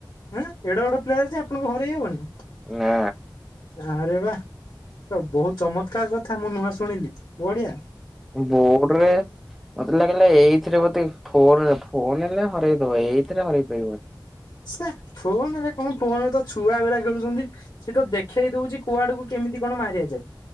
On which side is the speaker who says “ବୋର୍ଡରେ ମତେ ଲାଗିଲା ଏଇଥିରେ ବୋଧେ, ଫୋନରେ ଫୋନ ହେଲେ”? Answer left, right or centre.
Centre